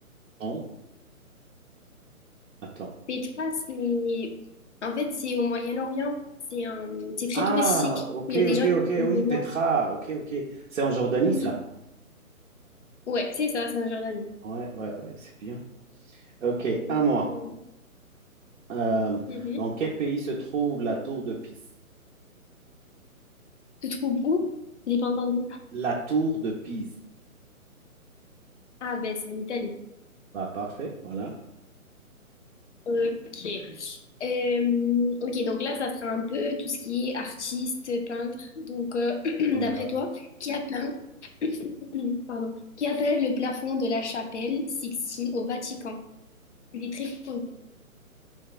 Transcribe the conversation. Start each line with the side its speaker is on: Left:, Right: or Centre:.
Right: Non, attends.
Left: Petra, c'est en fait c'est au Moyen-Orient. C'est un... c'est très
Right: Ah,
Left: touristique.
Right: ok,
Left: Il y a des
Right: ok,
Left: gens qui
Right: ok,
Left: sont
Right: oui,
Left: dedans.
Right: Petra, ok, ok. C'est en Jordanie,
Left: Oui.
Right: ça?
Left: Ouais, c'est ça, c'est en Jordanie.
Right: Ouais, ouais, ouais, c'est bien. Ok,
Left: Ouais,
Right: à moi.
Left: ouais.
Right: Euh,
Left: Mhm.
Right: dans quel pays se trouve la tour de Pise?
Left: Tu te trouves où? J'ai pas entendu.
Right: La tour de Pise.
Left: Ah ben, c'est en Italie.
Right: Bah, parfait, voilà,
Left: Ok. Euh, ok, donc là, ça sera un peu tout ce qui est artiste, peintre. Donc, euh, <clears throat>
Right: on
Left: d'après
Right: y va.
Left: toi, qui a peint <clears throat> pardon, qui appelle le plafond de la chapelle Sixtine au Vatican. Il est très connu,